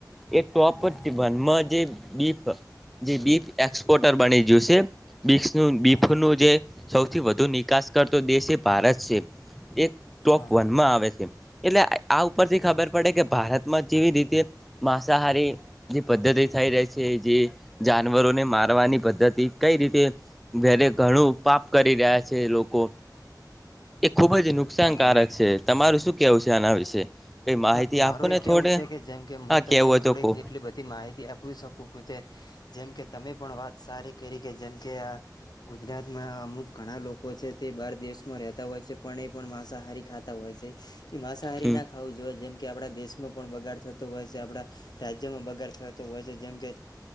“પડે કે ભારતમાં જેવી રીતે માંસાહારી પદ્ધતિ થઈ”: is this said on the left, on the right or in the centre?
Centre